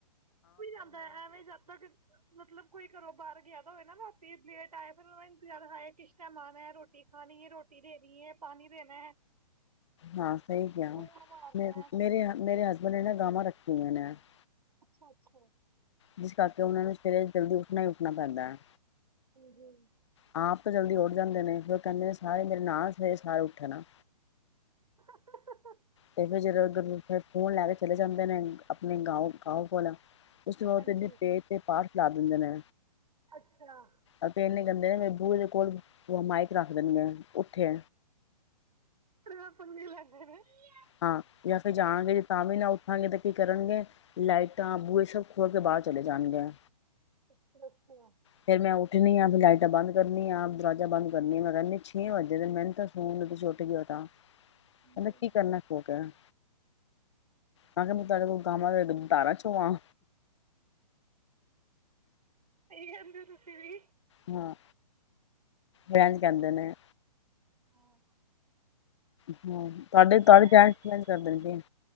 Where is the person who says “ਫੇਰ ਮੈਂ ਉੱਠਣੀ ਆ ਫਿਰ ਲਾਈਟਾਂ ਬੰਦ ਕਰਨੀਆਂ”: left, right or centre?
Left